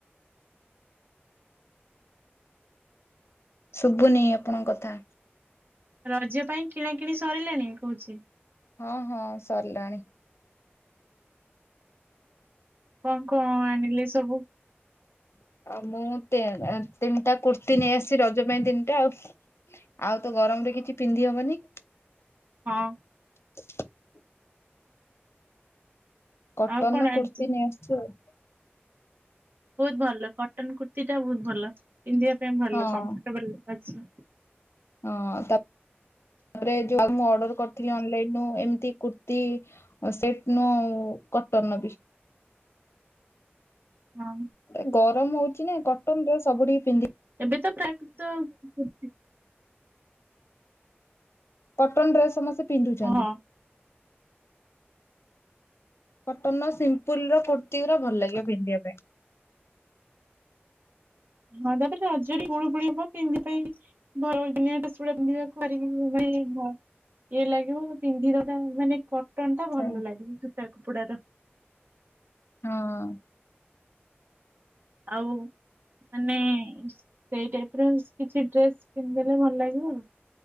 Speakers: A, on the left; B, on the right.
A: ଶୁଭୁନି ଆପଣଙ୍କ କଥା।
B: ରଜ ପାଇଁ କିଣା କିିଣି ସରିଲାଣି କହୁଛି।
A: ହଁ ହଁ ସରିଲାଣି।
B: କଣ କଣ ଆଣିଲି ସବୁ।
A: ଆଉ ମୁଁ ତିନ୍ ତିନିଟା କୁର୍ତ୍ତି ନେଇଆସିଚି ରଜ ପାଇଁ ତିନିଟା ଆଉ। ଆଉ ତ ଗରମ ରେ କିଛି ପିନ୍ଧି ହବନି।
B: ହଁ।
A: <inaudible> କଟନ
B: ଆଉ କଣ
A: ର
B: ଆଣିଚୁ?
A: କୁର୍ତ୍ତିୀ ନେଇ ଆସିଛୁ ଆଉ।
B: ବହୁତ ଭଲ କଟନ କୁର୍ତ୍ତତିଟା ବହୁତ ଭଲ ପିନ୍ଧିବା ପାଇଁ ଭଲ
A: ହଁ
B: କମ୍ଫର୍ଟେବଲ ଅଛି।
A: ହଁ ତାପରେ ଯୋଉ ଆଉ ମୁଁ ଅର୍ଡର କରିଥିଲି ଅନଲାଇନ ରୁ ଏମିତି କୁର୍ତି ଆ ସେଇଟି ନୁ କଟନ ର ବି।
B: ହଁ।
A: ଏ ଗରମ ହଉଛି ନା କଟନରେ ସବୁଠିକି ପିନ୍ଧି
B: ଏବେ ତ ପ୍ରାକୃତ କୁର୍ତ୍ତୀ।
A: କଟନ ଡ୍ରେସ୍ ସମସ୍ତେ ପିନ୍ଧୁଛନ୍ତି।
B: ହଁ
A: କଟନ ର ସିମ୍ପୁଲ ର କୁର୍ତ୍ତିୀୁ ଉରା ଭଲ ଲାଗିବ ପିନ୍ଧିବା ପାଇଁ।
B: ହଁ ତାପରେ ତ ରଜରେ ଗୁଳୁ ଗୁଳି ହବ କେମିତି ପାଇଁ ଭରଵ ଦିନିଆ ବିଶ୍ଵା ପିନ୍ଧିବ। କରିକି ମାନେ ଇଏ ଭ ଇଏ ଲାଗିବ ମୁ ପିନ୍ଧି ଦବାଟା ମାନେ କ କଟନ୍ ଟା ଭଲ
A: ହଁ।
B: ଲାଗେ ସୁତା କପଡା ଟା।
A: ହଁ।
B: ଆଉ ମାନେ ସେଇ ଟାଇପ ର କିଛି ଡ୍ରେସ ପିନ୍ଧଲେ ଭଲ ଲାଗିବ ଆଉ